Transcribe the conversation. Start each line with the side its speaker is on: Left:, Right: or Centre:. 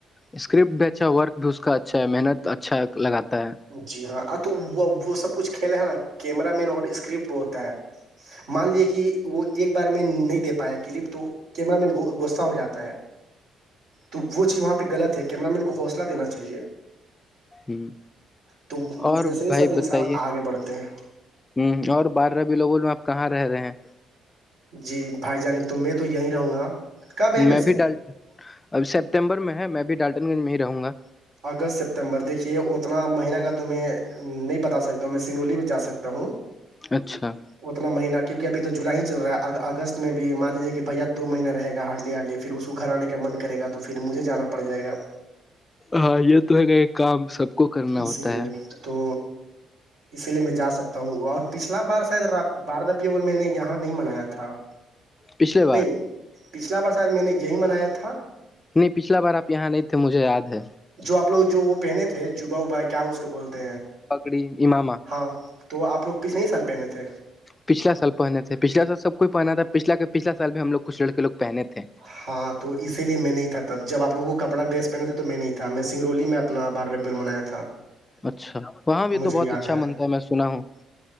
Left: اسکرپٹ بھی اچھا ورک بھی اس کا اچھا ہے محنت اچھا لگاتا ہے
Right: جی ہاں ا تو وہ وہ سب کچھ کھیلا ہے نا کیمرہ مین اور اسکرپٹ ہوتا ہے مان لیے کہ وہ ایک بار میں نہیں دتا پایا کلپ تو کیمرا مین گغصہ ہو جاتا ہے تو وہ چیز وہاں پہ غلط کیمر مین کو حوصلہ دینااہیے
Left: ہ
Right: تو
Left: اور
Right: ویسے ہی
Left: بھائی
Right: سب انسان
Left: بتائیے
Right: آگے بڑھتے ہیں
Left: ہ اور بارہو لوگول میں آپ کہاں رہ رہے ہیں
Right: جی بھائی جانے تو میں تو یہی رہوں گا کب ہے ویسے
Left: میں بھی ڈال اب سیپتمبر میں ہے میں بھی ڈالٹن گنج میں ہی رہوں گا
Right: اگست سپتمبر دیکھیے اتنا مہینہ کا تو میں میں نہیں بتا سکتا ہوں میں سنگولی میں جا سکتا ہوں
Left: اچھا
Right: اتنا مہینہ کیونک ابھی تو جو جلائی ہی چل رہا ہے اگست میں بھی مان لیجیے کہ بھیا دو مہینہ رہ گا ہارلی ہارلی پھر اس کو گھر آنے کا من کرے گا تو پھر مجھے جانا پڑ جائے گا
Left: ہاں یہ تو ہے گا یہ کام سب کو کرنا
Right: اسی
Left: ہوتا
Right: لیے
Left: ہے
Right: تو اسی لیے میں جا سکتا ہوں اور پچھلا بار شاید باربی اور میں نے یہاں نہیں منایا تھا
Left: پچھلے بار
Right: نہیں پچھلا بار شا میں نے یہی منایا تھا
Left: نہیں پچھلا بار آپ یہاں نہیں تھے مجھے یاد ہے
Right: جو آ لوگ جو وہ پہنے تھے جبا ووبا کیا اس کو بولتے
Left: پگڑی اماما
Right: ہاں تو آپ لوگ پچھنے سال پہنے تھے
Left: پچھلا سال پہنے تھے پچھلا سال سب کوئی پہنا تھا پچھلا کہ پچھلا سال بھی ہم لوگ کچھ لڑے لگ پہنے تھے
Right: ہاں تو اسی لیے میں نہیں تھا تب جب آ لو وہ کپڑا ڈریس پہن تھے تو میں نہیں تھا میں سنگرولی میں اپنا باربل منایا تھا
Left: اچھا وہاں بھی
Right: مجھے
Left: تو بہت
Right: یاد
Left: اچھا منتا ہے میں سنا ہوں